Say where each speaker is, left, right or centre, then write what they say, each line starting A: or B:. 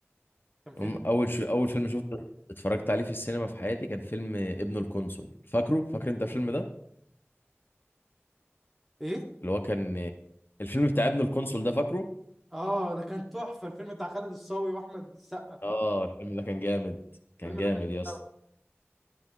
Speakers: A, in the centre; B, on the left (about 50°).
A: كان فيلم
B: أم- اول شو اول فيلم شفته اتفرجت عليه في السينما في حياتي كان فيلم ابن القنصل فاكره فاكر انت الفيلم ده
A: ايه
B: اللي هو كان الفيلم بتاع ابن القنصل ده فاكره
A: اه ده كان تحفه الفيلم بتاع خالد الصاوي واحمد السقا
B: اه الفيلم ده كان جامد كان
A: فيلم
B: جامد
A: ده كان
B: يا اسطى
A: تحفة.